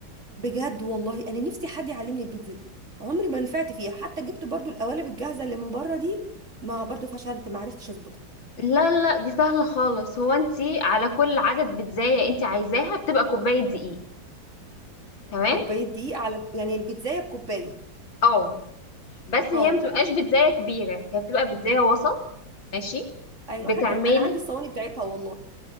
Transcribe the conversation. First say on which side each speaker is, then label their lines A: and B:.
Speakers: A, on the right; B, on the left.
A: بجد والله انا نفسي حد يعلمني البيتزا دي عمري ما نفعت فيها حتى جبت برضو القوالب الجاهزه اللي من بره دي ما برضو فشلت ما عرفتش اظبطها
B: لا لا دي سهلة خالص هو انتي على كل عدد بيتزاية انتي عايزاها بتبقى كوباية دقيق تمام
A: كوباية دي على يعني البيتزاية بكوباية
B: اه بس
A: اه
B: هي متبقاش بيتزاية كبيرة هي بتبقى بيتزاية وسط ماشي
A: ايوه
B: بتعملي
A: حتى انا عندي الصواني بتاعتها والله